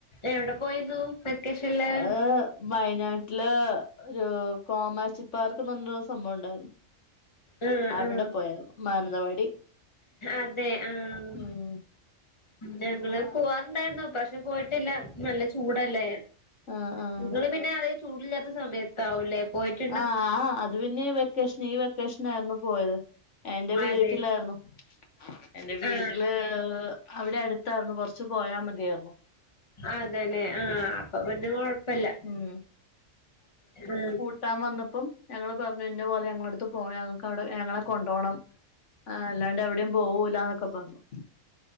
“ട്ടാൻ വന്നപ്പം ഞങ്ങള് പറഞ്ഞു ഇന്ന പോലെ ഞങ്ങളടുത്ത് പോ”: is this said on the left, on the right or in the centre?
Left